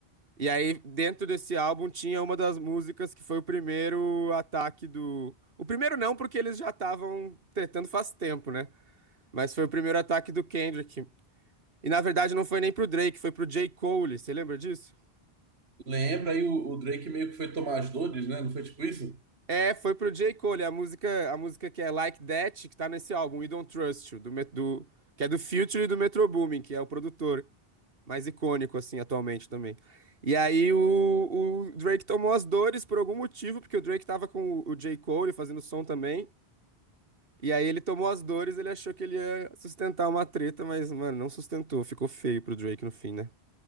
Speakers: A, on the right; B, on the right.
A: E aí, dentro desse álbum, tinha uma das músicas que foi o primeiro ataque do. O primeiro não, porque eles já estavam tretando faz tempo, né? Mas foi o primeiro ataque do Kendrick. E na verdade não foi nem pro Drake, foi pro J. Cole. Você lembra disso?
B: Lembra aí o, o Drake meio que foi tomar as dores, né? Não foi tipo isso?
A: É, foi pro J. Cole, a música, a música que é Like That, que tá nesse álbum, We Don't Trust You, do, Met- do- que é do Future e do Metro Boomin, que é o produtor mais icônico, assim, atualmente também. E aí o, o Drake tomou as dores por algum motivo, porque o Drake tava com o, o J. Cole fazendo som também, e aí ele tomou as dores, ele achou que ele ia sustentar uma treta, mas, mano, não sustentou, ficou feio pro Drake no fim, né?